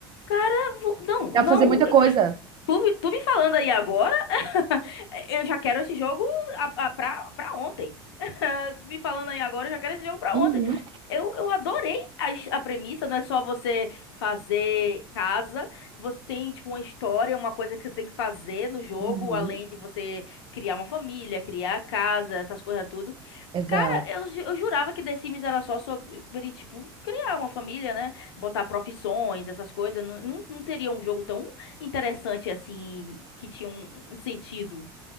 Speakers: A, on the left; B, on the right.
A: cara, vo- não,
B: dá
A: não,
B: pra fazer muita
A: eh,
B: coisa.
A: tu, tu me falando aí agora? <laughs> Eu já quero esse jogo a, a, pra, pra ontem. <laughs> Tu me falando aí agora, eu já quero esse jogo pra
B: Uhum,
A: ontem. Eu, eu adorei a, his- a premissa, não é só você fazer casa, você tem, tipo, uma história, uma coisa que você tem que fazer no jogo,
B: uhum,
A: além de você criar uma família, criar a casa, essas coisas tudo.
B: exato.
A: Cara, eu, ju- eu jurava que The Sims era só sobre, tipo, criar uma família, né? Botar profissões, essas coisas. Não, não, não teria um jogo tão interessante assim, que tinha um um sentido.